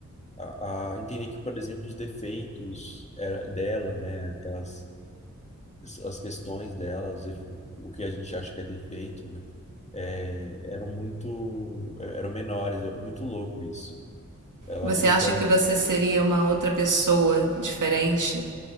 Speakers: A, on the left; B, on the right.
A: a, a entender que, por exemplo, os defeitos era- dela, né, aquelas as questões dela, os def- o que a gente acha que é defeito, né, é, eram muito eram menores, eu- muito louco isso. Ela
B: Você
A: brinca,
B: acha que você seria uma outra pessoa diferente